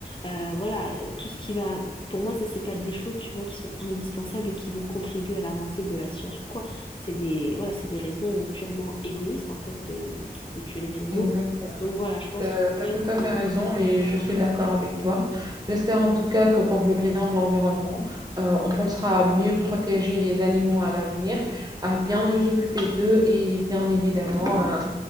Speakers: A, on the left (about 30°); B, on the right (about 25°).
A: Euh, voilà, tout ce qui va pour moi, ça, c'est pas des choses, tu vois, qui sont indispensables et qui vont contribuer à l'avancée de la science ou quoi. C'est des, voilà, c'est des raisons purement égoïstes, en fait, de, de tuer les animaux.
B: Exactement.
A: Donc voilà, je pense
B: T'as,
A: qu'il faut
B: t'as
A: quand même
B: tout
A: qu'on
B: à fait raison et
A: fasse
B: je suis
A: attention.
B: d'accord avec toi. J'espère en tout cas que pour le bien de l'environnement, euh, on pensera à mieux protéger les animaux à l'avenir, à bien nous occuper d'eux et bien évidemment à,